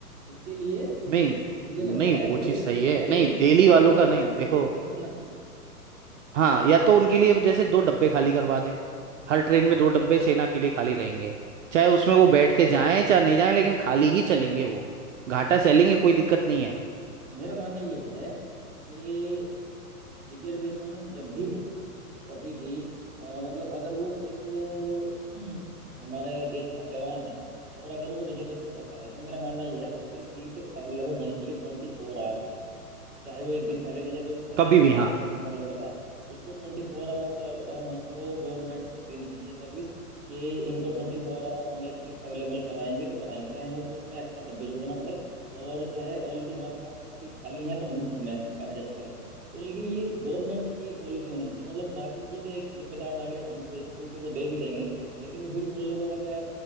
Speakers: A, on the right; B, on the right.
A: इसके लिए
B: नहीं
A: मुझे लगता
B: नहीं
A: है
B: वो
A: रेल
B: चीज़ सही है
A: रेल
B: नहीं दिल्ली
A: रेल
B: वालों
A: डिपार्टमेंट
B: का नहीं देखो
A: को कुछ करना चाहिए
B: हाँ या तो उनके लिए जैसे दो डब्बे खाली करवा दें हर ट्रेन में दो डब्बे सेना के लिए खाली रहेंगे चाहे उसमें वो बैठ के जाएं चाहे नहीं जाएं लेकिन खाली ही चलेंगे वो घाटा सैलेंगे
A: नहीं
B: कोई दिक्कत नहीं है
A: मेरा मानना ये है कि रिजर्वेशन जब भी हो कभी भी अ, मतलब अगर वो एक <clears throat> हमारे देश का जवान है और अगर वो रिजर्वेशन करता है तो मेरा मानना ये है उसे सीट अवेलेबल होनी चाहिए ट्वेंटी फोर चाहे वो एक दिन पहले रिजर्वेशन कर
B: कभी
A: रहा है
B: भी
A: चाहे
B: हाँ
A: वो दस दिन पहले कर रहा है उसको ट्वेंटी फोर आवर सर हमको गवर्नमेंट को देनी चाहिए सर्विस कि इनको ट्वेंटी फोर आवर हम एक सीट अवेलेबल कराएंगे तो कराएंगे चाहे हमको उसमें एक्स्ट्रा डब्बे जोड़ना पड़े और चाहे ऑलरेडी हमारे पास अगर सीट खाली है तो हम उनमें एडजस्ट करें तो लेकिन ये गवर्नमेंट की पॉलिसी होनी चाहिए मतलब ना कि ठीक है एक जिम्मेदार नागरिक होने की वजह से कोई चलो दे भी देंगे लेकिन फिर उन लोगों का क्या